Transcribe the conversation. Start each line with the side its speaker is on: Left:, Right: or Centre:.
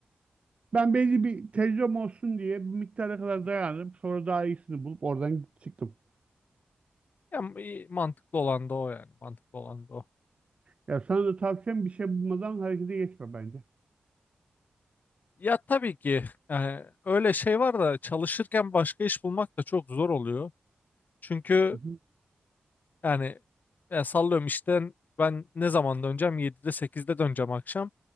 Right: Ben belli bir tecrübem olsun diye bir miktara kadar dayandım. Sonra daha iyisini bulup oradan çıktım.
Left: Ya m- iyi, mantıklı olan da o yani. Mantıklı olan da o.
Right: Ya sana da tavsiyem bir şey bulmadan harekete geçme bence.
Left: Ya tabii ki yani öyle şey var da çalışırken başka iş bulmak da çok zor oluyor. Çünkü
Right: Hı hı.
Left: yani e, sallıyorum işten ben ne zaman döneceğim? 7'de 8'de döneceğim akşam.